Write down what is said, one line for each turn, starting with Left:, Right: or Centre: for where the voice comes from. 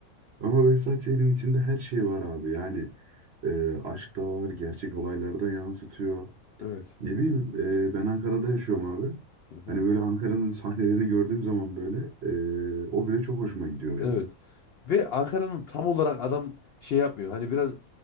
Right: Ama Behzat Ç'nin içinde her şey var abi. Yani e, aşk da var, gerçek olayları da yansıtıyor.
Left: Evet.
Right: Ne bileyim e, ben Ankara'da yaşıyorum abi.
Left: Hı-hı.
Right: Hani böyle Ankara'nın sahnelerini gördüğüm zaman böyle e, o bile çok hoşuma gidiyor benim.
Left: Evet. Ve Ankara'nın tam olarak adam şey yapmıyor. Hani biraz